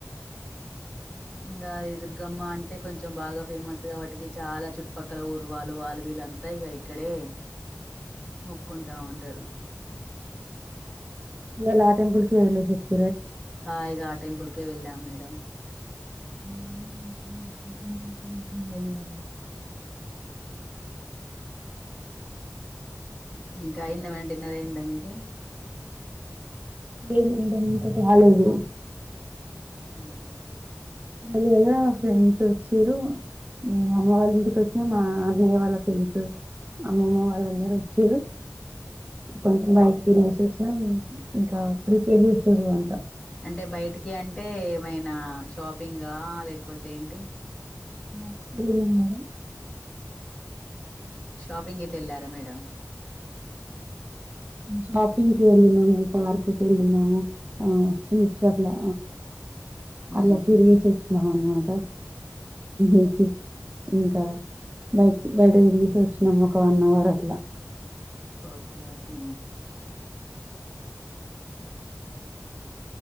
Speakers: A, on the left; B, on the right.
A: ఇంకా ఈ దుర్గమ్మ అంటే కొంచెం బాగా ఫేమస్ గా వాటికి చాలా చుట్టు పక్కల ఊరు వాళ్ళు వాళ్ళు వీళ్ళ అంతాయి ఇ ఇక్కడే మొక్కుంటా ఉంటారు
B: లా టెంపుల్ీ వెలే స
A: ఆగా ఆ టెంపుల్ ఓే వెళ్ళా మేడం
B: డి
A: ఇంకా అయిందాం డిన్నర్ అయిందా మీది అదిే
B: ఏన్ మేడమ్ ఇ సతే హళేదు
A: అవునా
B: కదా ఫ్రెండ్స్ వచ్చారుే అమ్మ వాళ్ళ ఇంటికి వచ్చిన మా అన్నయ్య వాళ్ళ ఫ్రెండ్స్ అమ్మమ్మ వాళ్ళందర వచ్చారు కొంచెం బయటకిళససన్నా ఇకా ప్రీపేర్ చేసురు అంత
A: అంటే బయటికి అంటే ఏమైనా షాపింగ్ లేకపోతే ఏంటి
B: ఆ మ మేడం
A: షాపిింగ్ గతే ఎలార మేడం
B: షాపిింగ్కి వెళ్ళిినము పార్క్కి వెళ్ళిినము ఆ స్ీట్స్ట్లా అలా
A: ఊహు
B: తిరిగి చచ్చన్నానుమాంట ఇసి ఇంకా బయటికి బయట తరిగిసి వచ్చినాము ఒక వన్ అవర్ అట్లా
A: ఓకే ఓకే ఉ